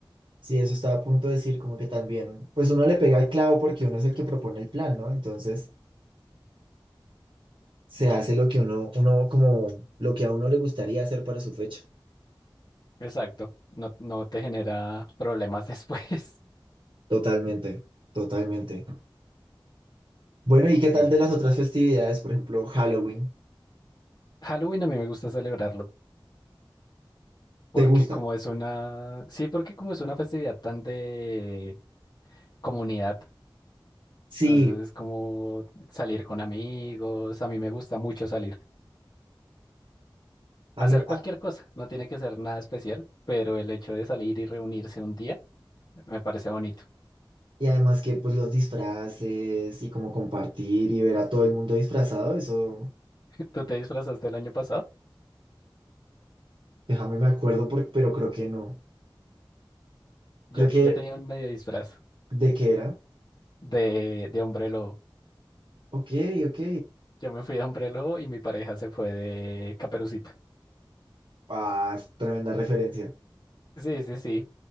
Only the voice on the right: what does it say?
sí, eso estaba a punto de decir, como que también, pues uno le pega el clavo porque uno es el que propone el plan, ¿no? Entonces se hace lo que uno, uno como lo que a uno le gustaría hacer para su fecha.
Totalmente, totalmente. Bueno, ¿y qué
tal de
las otras festividades? Por ejemplo, Halloween.
¿Te gusta?
Sí.
A
mí,
a-
y además que pues los disfraces y como compartir y ver a todo el mundo disfrazado, eso,
déjame me acuerdo, por- pero creo que no.
Creo que,
¿de qué era?
Ok, ok.
Ah, es tremenda referencia.